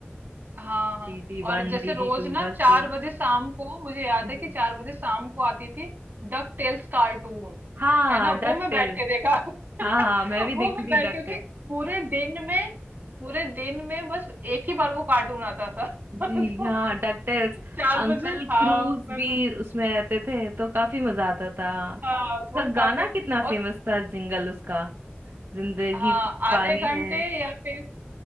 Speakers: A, on the right; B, on the right.
A: हाँ हाँ
B: डीडी
A: और
B: one
A: जैसे
B: डीडी
A: रोज
B: to
A: ना
B: बस
A: चार
B: तो
A: बजे शाम को मुझे याद
B: जी
A: है कि चार बजे शाम को आती थी डक टेल्स कार्टून
B: हाँ
A: है ना
B: डक
A: वो मैं
B: टेल
A: बैठ के देखा <laughs>
B: हाँ मैं भी देखती
A: वो मैं
B: थी
A: बैठ
B: डक
A: क्योंकि पूरे दिन में पूरे दिन में बस एक ही बार वो कार्टून आता था
B: जी
A: <laughs> तो
B: हाँ डकटेल्स
A: चार
B: अंकल
A: बजे हाँ
B: क्रूज
A: मैं
B: भी उसमें रहते थे तो काफी मजा आता था
A: हाँ
B: उसका
A: वो काफी
B: गाना कितना
A: और
B: फेमस था जिंगल उसका जिंदगी
A: हाँ
B: तो पानी
A: आधे घंटे
B: है
A: या फिर